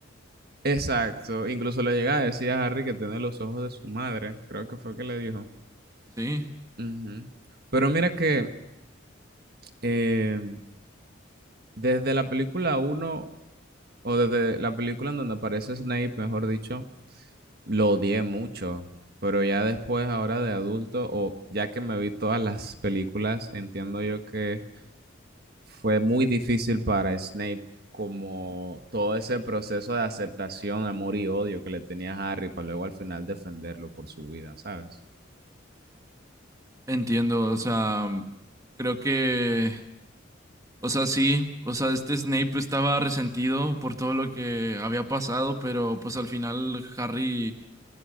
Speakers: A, on the right; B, on the right.
A: Exacto. Incluso le llega a decir a Harry que tiene los ojos de su madre. Creo que fue que le dijo.
B: Sí,
A: Ujú. Pero mira que eh, desde la película uno o desde la película en donde aparece Snape, mejor dicho, lo odié mucho. Pero ya después, ahora de adulto, o ya que me vi todas las películas, entiendo yo que fue muy difícil para Snape como todo ese proceso de aceptación, amor y odio que le tenía a Harry para luego al final defenderlo por su vida, ¿sabes?
B: entiendo, o sea, creo que O sea, sí, o sea, este Snape estaba resentido por todo lo que había pasado, pero pues al final Harry